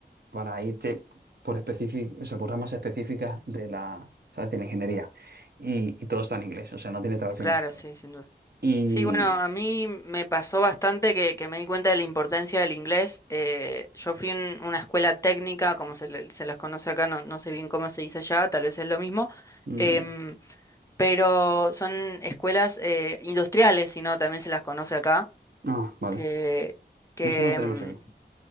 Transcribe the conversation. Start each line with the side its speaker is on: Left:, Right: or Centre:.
Right: para irte por específic- o sea, por ramas específicas de la, ¿sabes? De la ingeniería. Y, y todo está en inglés, o sea, no tiene traducción
Left: Claro,
Right: en español.
Left: sí, sin duda.
Right: Y...
Left: Sí, bueno, a mí me pasó bastante que, que me di cuenta de la importancia del inglés. Eh, yo fui a una escuela técnica, como se, le- se las conoce acá, no, no sé bien cómo se dice allá, tal vez es lo mismo,
Right: mm,
Left: em, pero son escuelas eh, industriales, si no, también se las conoce acá,
Right: ah, vale.
Left: que, que,
Right: Eso no lo tenemos
Left: em,
Right: aquí.